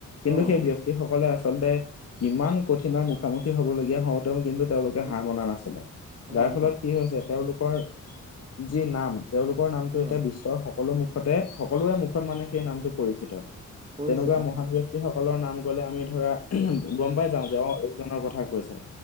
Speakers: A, on the left; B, on the right.
A: কিন্তু
B: অঁ
A: সেই ব্যক্তি সকলে আচলতে কিমান কঠিনৰ মুখামুখি হবলগীয়া হওঁতেও কিন্তু- তেওঁলোকে
B: উম
A: হাঁহ বনা নাছিলে, যাৰ
B: হয়
A: ফলত
B: হয়
A: কি হৈছে তেওঁলোকৰ যি নাম- তেওঁলোকৰ নামটো এতিয়া
B: অঁ
A: বিশ্বৰ সকলো মুখতে সকলোৰে মুখত মানে সেই নামটো পৰিচিত।
B: পৰিচিত
A: তেনেকুৱা মহান
B: হয়
A: ব্যক্তি সকলৰ নাম গলে আমি ধৰা গম
B: উম
A: পাই যাও যে অ এইজনৰ কথা- কথা কৈছে,